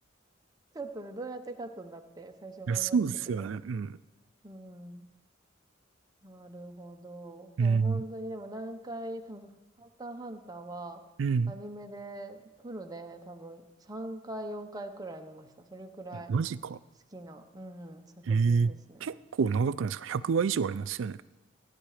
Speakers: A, on the right; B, on the right.
A: ちょっとね、どうやって勝つんだって最初思いましたけど。
B: いや、そうですよね。うん。
A: うん。なるほど。
B: うん。
A: いや、本当にでも何回、多分、ハンターハンターは、
B: うん。
A: アニメで、フルで多分3回、4回くらい見ました。それくらい好
B: マジか。
A: きな、うんうん、作品ですね。
B: ええ結構長くないですか ?100 話以上ありますよね。